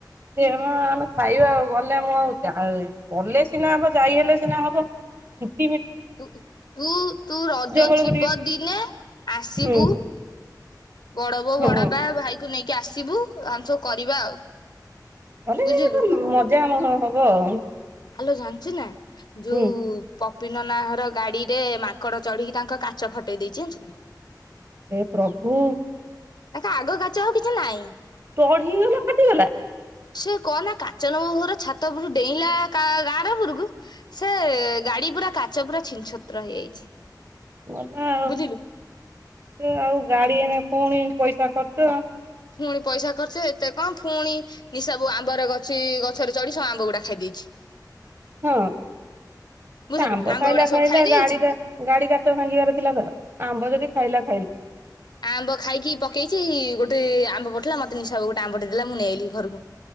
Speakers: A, on the right; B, on the left.
A: ସିଏ ଆମ ଆମେ ଖାଇବା ଆଉ ଗଲେ ଆମ ଆଉ ଯା ଗଲେ ସିନା ହବ ଯାଇ ହେଲେ ସିନା ହବ ହୁଁ।
B: ତୁ ତୁ ତୁ ରଜ
A: ବେଳକୁ
B: ଥିବ
A: ଟିକେ
B: ଦିନେ ଆସିବୁ।
A: ହୁଁ
B: ବଡ ବୋଉ
A: ହଁ
B: ବଡ ବା ଭାଇ କୁ ନେଇକି ଆସିବୁ। ଆମେ ସବୁ କରିବା ଆଉ।
A: କଲେ
B: ବୁଝିଲୁ।
A: ଗୋଟେ ମଜା ହଁ ହବ ଆଉ।
B: ଆଲୋ ଜାଣିଛୁ ନା ଯୋଉ
A: ହୁଁ
B: ପ ପି ନନା ଘର ଗାଡିରେ ମାଙ୍କଡ ଚଢିକି ତାଙ୍କ କାଚ ଫଟେଇ ଦେଇଛି।
A: ଏ ପ୍ରଭୁ
B: ତାଙ୍କ ଆଗ କାଚ ଆଉ କିଛି ନାହିଁ।
A: ଚଢ଼ିଗଲା ଫାଟିଗଲା।
B: ସେ କହନା କାଞ୍ଚନ ମାମୁଁ ଘର ଛାତ ଉପୁର ଡେଇଁଲା କାର କାର ଉପରକୁ ସେ ଗାଡି ପୁରା କାଚ ପୁରା ଛିନ ଛତ୍ର ହେଇଯାଇଛି।
A: ଗଲା ଆଉ
B: ବୁଝିଲୁ।
A: ତ ଆଉ ଗା ଡି ଏନେ ପୁଣି ପଇସା ଖର୍ଚ୍ଚ।
B: ପୁଣି ପଇସା ଖର୍ଚ୍ଚ ଏତେ କଣ ପୁଣି ନିସା ସବୁ ଆମ୍ବରେ ଗଛି ଗଛରେ ଚଢି ସବୁ ଆମ୍ବ ଗୁଡା ଖାଇ ଦେଇଛି।
A: ହଁ
B: ବୁଝିଲୁ
A: ଆମ୍ବ ଖାଇଲା
B: ଗୁଡା ସବୁ
A: ଖାଇଲା
B: ଖାଇ ଦେଇଛି
A: ଗାଡି ଟା ଗାଡି କାଚ ଭାଙ୍ଗିବାର ଥିଲା ଧର ଆମ୍ବ ଯଦି ଖାଇଲା ଖାଇ
B: ଆମ୍ବ ଖାଇକି ପକେଇଛି ଗୋଟେ ଆମ୍ବ ପଠେଇଲା ମୋତେ ନିଶା କୁ ଗୋଟେ ଆମ୍ବ ଟେ ଦେଲା ମୁଁ ନେଇ ଆଇଲି ଘରକୁ